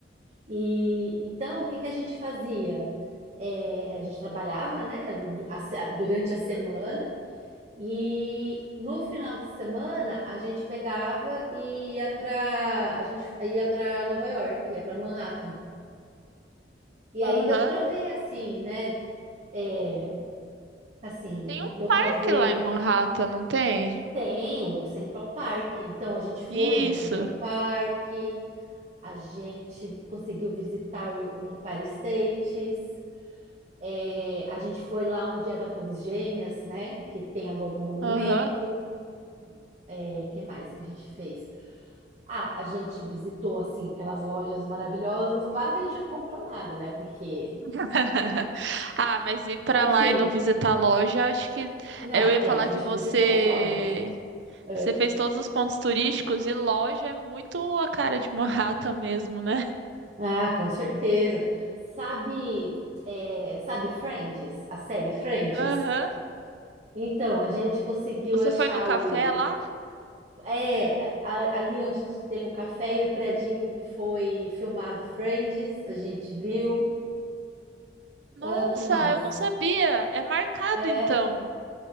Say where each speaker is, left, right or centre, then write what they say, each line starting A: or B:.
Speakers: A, on the right; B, on the right.
A: E então, o que que a gente fazia? É, a gente trabalhava, né, du- a se- durante a semana e no final de semana a gente pegava e ia para a gente ia para Nova York, ia para Manhattan. E
B: Aham.
A: aí deu para ver, assim, né? É, assim,
B: Tem um
A: deu
B: parque
A: para ver.
B: lá em Morrata, não tem?
A: Tem o Central Park, então a gente foi
B: Isso.
A: no Central Park, a gente conseguiu visitar o, o Empire States, é, a gente foi lá onde era a Torres Gêmeas, né? Que tem agora um monumento.
B: Aham.
A: É, que mais que a gente fez? Ah, a gente visitou, assim, aquelas lojas maravilhosas. Claro que a gente não comprou nada, né? Porque,
B: <laughs> Ah, mas ir pra
A: enfim,
B: lá e não visitar a loja, acho que
A: não,
B: eu ia
A: é,
B: falar
A: a gente
B: que você
A: visitou as lojas. É,
B: você fez todos os pontos turísticos e loja é muito a cara de Morrata mesmo, né?
A: Ah, com certeza. Sabe, é, sabe Friends? A série Friends?
B: Aham.
A: Então, a gente conseguiu
B: Você
A: achar
B: foi no café
A: o.
B: lá?
A: É, a- ali onde tem o café e o predinho que foi filmado Friends, a gente viu.
B: Nossa,
A: Ah, que mais?
B: eu não sabia. É marcado
A: É,
B: então.